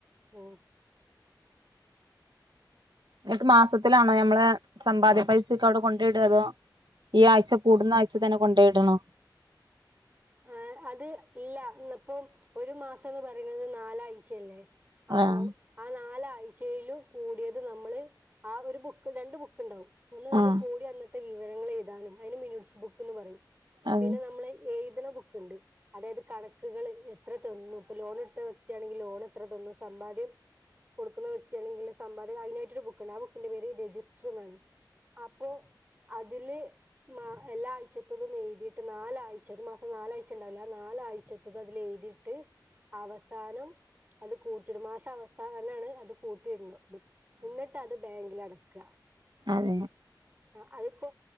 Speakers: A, on the right; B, on the right.
A: ഓ
B: എന്നിട്ട് മാസത്തിലാണോ ഞമ്മെ സമ്പാദ്യ പൈസൊക്കെ അവിടെ കൊണ്ട അതോ ഈ ആഴ്ച കൂടുന്ന ആഴ്ച തന്നെ കൊണ്ടോയിടണോ?
A: ആ അത് ഇല്ല ഇപ്പം ഒരു മാസന്ന് പറയുന്നത് നാലാഴ്ചയല്ലേ. അപ്പേ
B: ആഹ്
A: ആ നാലാഴ്ചയിലും കൂടിയത് നമ്മള്. ആ ഒരു ബുക്ക് രണ്ട് ബുക്ക് ഉണ്ടാവും. ഒന്ന് നമ്മൾ
B: ആഹ്
A: കൂടി അന്നത്തെ വിവരങ്ങൾ എഴുതാനും. അതിന് മിനോട്സ് ബുക്ക് എന്ന് പറയും.
B: അതെ
A: പിന്നെ നമ്മള് ബുക്ക് ഉണ്ട്. അതായത് കണക്കുകൾ എത്ര തന്നും. ഇപ്പൊ ലോൺ എടുത്ത വ്യക്തിയാണെങ്കിൽ ലോൺ എത്ര തന്നു. സമ്പാദ്യം കൊടുക്കുന്ന വ്യക്തിയാണെങ്കിൽ സമ്പാദ്യം അതിനായിട്ടൊരു ബുക്കുണ്ട്. ആ ബുക്കിന്റെ പേര് രജിസ്റ്റർ എന്നാണ്. അപ്പേ അതില് എല്ലാ ആഴ്ചത്തതും എഴുതിയിട്ട് നാലാഴ്ചയുടെ. നാലാഴ്ച ഉണ്ടാവില്ലോ ആ നാലാഴ്ചത്തത് അതിൽ എഴതിയിട്ട്. അവസാനം അത് കൂട്ടിയിടും. മാസ അവസാനമാണ് അത് കൂട്ടിയിടുന്നത്. എന്നിട്ട് അത് ബാങ്കിൽ അടക്ക
B: അത
A: ആഹ് അതിപ്പോ